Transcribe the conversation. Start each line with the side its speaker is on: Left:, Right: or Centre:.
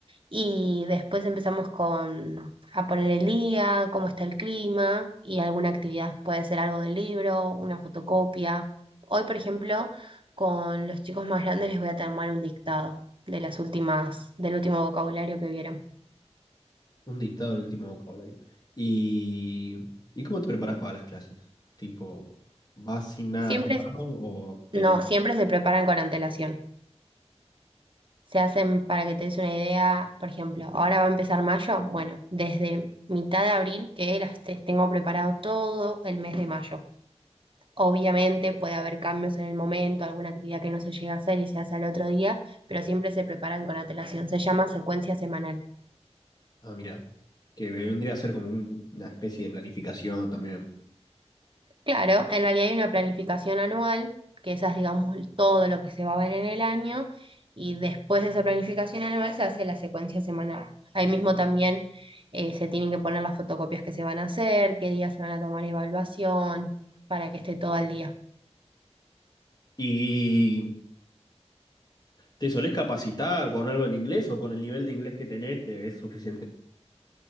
Right: Y después empezamos con a poner el día, cómo está el clima y alguna actividad. Puede ser algo del libro, una fotocopia. Hoy, por ejemplo, con los chicos más grandes les voy a tomar un dictado de las últimas, del último vocabulario que vieron.
Left: Un dictado del último vocabulario. ¿Y, y cómo te preparas para las clases? Tipo, ¿vas sin nada
Right: Siempre,
Left: armado o tenés...
Right: no, siempre se preparan con antelación. Se hacen, para que te des una idea, por ejemplo, ahora va a empezar mayo. Bueno, desde mitad de abril que las te- tengo preparado todo el mes de mayo. Obviamente puede haber cambios en el momento, alguna actividad que no se llega a hacer y se hace al otro día, pero siempre se preparan con antelación. Se llama secuencia semanal.
Left: Ah, mira, que vendría a ser como un- una especie de planificación también.
Right: Claro, en realidad hay una planificación anual, que esa es, digamos, todo lo que se va a ver en el año, y después de esa planificación anual se hace la secuencia semanal. Ahí mismo también eh, se tienen que poner las fotocopias que se van a hacer, qué días se van a tomar evaluación, para que esté todo al día.
Left: Y... ¿Te solés capacitar con algo en inglés o con el nivel de inglés que tenés te es suficiente?